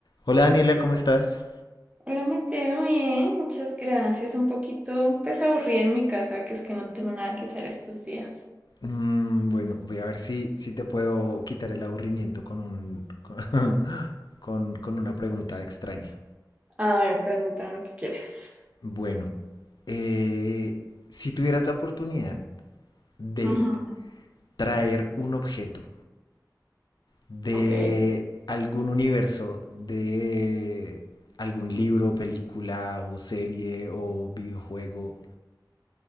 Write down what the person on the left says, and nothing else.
Hola Daniela, ¿cómo estás?
Mm, bueno, voy a ver si, si te puedo quitar el aburrimiento con un, con, <laughs> con- con una pregunta extraña.
Bueno, eh, si tuvieras la oportunidad de
traer un objeto de
algún universo, de algún libro, película o serie o videojuego